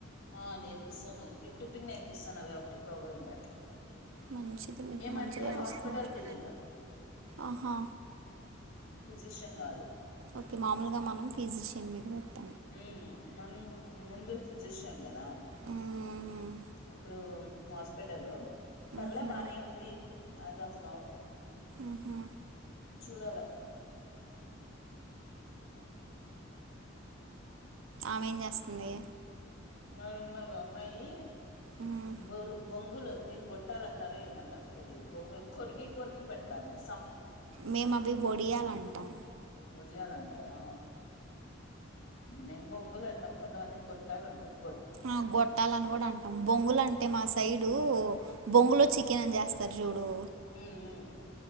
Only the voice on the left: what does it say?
ఆ నేర్పిస్తున్నారు పిన్ టు పిన్ నేర్పిస్తున్నారు కాబట్టి ప్రాబ్లంలే
ఏమంటే
హాస్పిటల్ బిల్డింగ్
ఫిజిషియన్ కాదు
హుమ్ మన ముందు ఫిజిషియన్ కదా
ఇప్పుడు హాస్పిటల్ పర్లే
బానే ఉంది అది అస్ నవ్
చూడాల సినిమాకి
మా రూమ్ లో ఒగా అమ్మాయి
బోరు బొంగ బొంగులు మీరు గొట్టాలంటారో ఏమంటారో తెలియదు బొంగులు కొరికి కొరికి పెట్టతంది.
ఒడియాలలాంటి అంటారా మేము బొంగులు అంటాం కొంతమంది గొట్టాలు అంటారు
మ్మ్ మ్మ్